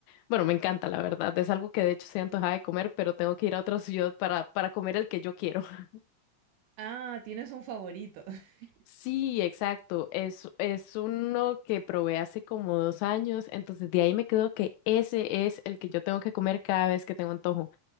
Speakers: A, on the left; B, on the right.
A: bueno, me encanta, la verdad. Es algo que de hecho se antojaba de comer, pero tengo que ir a otra <laughs> ciudad para, para comer el que yo quiero. <laughs>
B: Ah, tienes un favorito. <laughs>
A: Sí, exacto. Es, es uno que probé hace como dos años, entonces de ahí me quedo que ese es el que yo tengo que comer cada vez que tengo antojo.